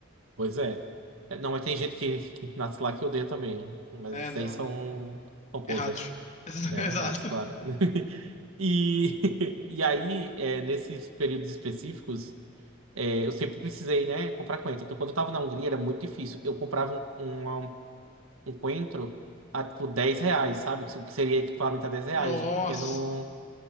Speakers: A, on the right; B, on the left.
A: Pois é. É, Não, mas tem gente que, que nasce lá que odeia também. Mas
B: É,
A: esses
B: não,
A: aí são,
B: não.
A: são posers.
B: Errados. <laughs>
A: É,
B: Exato.
A: ratos, claro. <laughs> E, <laughs> e aí, é, nesses períodos específicos, é, eu sempre precisei, né, comprar coentro. Então, quando eu tava na Hungria, era muito difícil. Eu comprava um, um, um coentro a, tipo, 10 reais, sabe? O que seria equivalente a dez reais,
B: Nossa.
A: um pequeno,